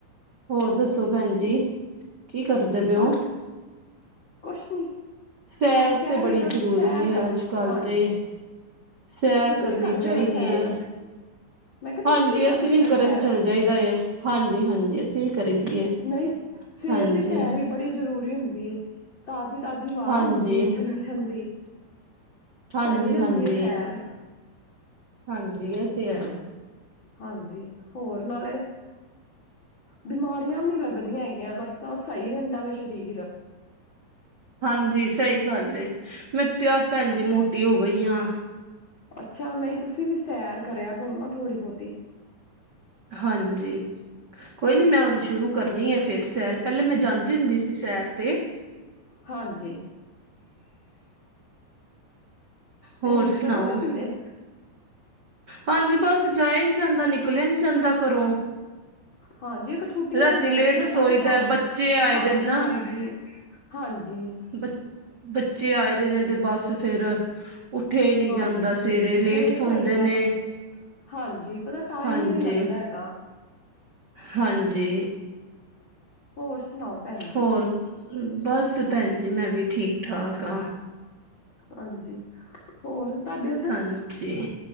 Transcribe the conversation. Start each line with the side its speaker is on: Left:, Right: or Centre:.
Right: ਹੋਰ ਦੱਸੋ ਭੈਣ ਜੀ। ਕੀ ਕਰਦੇ ਬੇ ਓ।
Left: ਬਸ ਕੁਛ ਨੀ
Right: ਸੈਰ
Left: ਤੁਹਾਨੂੰ ਕਹਿ
Right: ਤੇ ਬੜੀ
Left: ਰਹੀ ਹਾਂ
Right: ਜ਼ਰੂਰੀ
Left: ਸੈਰ
Right: ਏ
Left: ਕਰਦੇ
Right: ਅੱਜ ਕੱਲ
Left: ਹਾਂਜੀ
Right: ਤੇ। ਸੈਰ
Left: ਤੁਸੀਂ
Right: ਕਰਨੀ
Left: ਵੀ ਕਰਦੇ
Right: ਚਾਹੀਦੀ
Left: ਹੋ ਨਾ ਸੈਰ
Right: ਏ।
Left: ਮੈਂ ਕਿਹਾ
Right: ਹਾਂਜੀ
Left: ਤੁਸੀਂ
Right: ਅਸੀਂ
Left: ਕਰਦੇ
Right: ਵੀ
Left: ਹੋ ਨਾ
Right: ਕਰਨ
Left: ਸੈਰ
Right: ਚੱਲ ਜਾਈਦਾ ਏ, ਹਾਂਜੀ ਹਾਂਜੀ ਅਸੀਂ ਵੀ ਕਰੀ ਦੀ ਏ।
Left: ਨਈ ਸਵੇਰ
Right: ਹਾਂਜੀ
Left: ਦੀ ਸੈਰ ਵੀ ਬੜੀ ਜ਼ਰੂਰੀ ਹੁੰਦੀ ਏ। ਤਾਜ਼ੀ ਤਾਜ਼ੀ ਵਾਹ
Right: ਹਾਂਜੀ
Left: ਹੁੰਦੀ ਏ ਠੰਡੀ ਠੰਡੀ
Right: ਹਾਂਜੀ
Left: ਸਈ ਰਹਿੰਦੀ
Right: ਹਾਂਜੀ
Left: ਏ ਸੈਰ।
Right: ਹਾਂਜੀ ਇਹ ਤੇ ਹੈ।
Left: ਹਾਂਜੀ ਹੋਰ ਨਾਲੇ। ਬਿਮਾਰੀਆਂ ਵੀ ਨੀ ਲੱਗਦੀਆਂ ਹੈਗੀਆਂ ਲੱਤਾਂ ਸਹੀ ਰਹਿੰਦਾ ਵੇ ਸਰੀਰ।
Right: ਹਾਂਜੀ ਸਈ ਗੱਲ ਏ ਮੈਂ ਤੇ ਆਪ ਭੈਣ ਜੀ ਮੋਟੀ ਹੋ ਗਈ ਆਂ।
Left: ਅੱਛਾ ਨਈ ਤੁਸੀਂ ਵੀ ਸੈਰ ਕਰਿਆ ਕਰੋ ਨਾ ਥੋੜ੍ਹੀ ਬਹੁਤੀ।
Right: ਹਾਂਜੀ ਕੋਈ ਨੀ ਮੈਂ ਹੁਣ ਸ਼ੁਰੂ ਕਰਨੀ ਏ ਫੇਰ ਸੈਰ ਪੈਲੇ ਮੈਂ ਜਾਂਦੀ ਹੁੰਦੀ ਸੀ ਸੈਰ ਤੇ।
Left: ਹਾਂਜੀ ਤੇ
Right: ਹੋਰ
Left: ਹੁਣ
Right: ਸੁਣਾਓ
Left: ਛੋੜ ਦਿੱਤੀ ਜੇ।
Right: ਹਾਂਜੀ ਬਸ ਜਾਏ ਨੀ ਜਾਂਦਾ ਨਿਕਲਿਆ ਨੀ ਜਾਂਦਾ ਘਰੋਂ।
Left: ਹਾਂਜੀ ਇੱਕ ਛੁੱਟੀਆਂ
Right: ਰਾਤੀ
Left: ਹੋਈਆਂ
Right: ਲੇਟ
Left: ਦੀਆਂ ਨਾ
Right: ਸੋਈਦਾ
Left: ਬਸ
Right: ਬੱਚੇ ਆਏ
Left: ਹਾਂਜੀ
Right: ਦੇ ਨਾ
Left: ਹਾਂਜੀ ਹਾਂਜੀ
Right: ਬ ਬੱਚੇ ਆਏ ਦੇ ਨੇ। ਤੇ ਬਸ ਫੇਰ ਉੱਠਿਆ ਈ ਨੀ
Left: ਹਾਂਜੀ
Right: ਜਾਂਦਾ ਸਵੇਰੇ ਲੇਟ
Left: ਨਹੀਂ ਨਹੀਂ
Right: ਸੋਂਦੇ
Left: ਸਹੀ ਗੱਲ
Right: ਨੇ।
Left: ਹਾਂਜੀ ਪਤਾ ਟਾਈਮ
Right: ਹਾਂਜੀ
Left: ਈ ਨੀ ਲੱਗਦਾ ਹੈਗਾ।
Right: ਹਾਂਜੀ।
Left: ਹੋਰ ਸੁਣਾਓ? ਭੈਣ ਜੀ
Right: ਹੋਰ, ਬਸ ਭੈਣ ਜੀ ਮੈਂ ਵੀ ਠੀਕ-ਠਾਕ ਆ।
Left: ਹਾਂਜੀ, ਹੋਰ ਤਾਡੇ ਓਧਰ
Right: ਹਾਂਜੀ